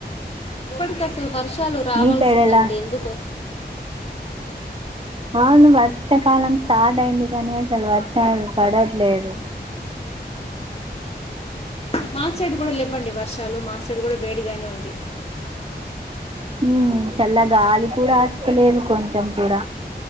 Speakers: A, on the left; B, on the right.
A: అంత అసలు వర్షాలు రావాల్సిందండి.
B: మీ సైడ్ ఎలా
A: ఎందుకు
B: అవును వర్షాకాలం స్టార్ట్ అయింది. కానీ అసలు వర్షాలు పడట్లేదు
A: మాసెడ్ కూడా ఇవ్వండి వర్షాలు మాసైడ్ కూడా వేడిగానే ఉంది.
B: ఉమ్ చల్ల గాలి కూడా వస్తలేదు కొంచెం కూడా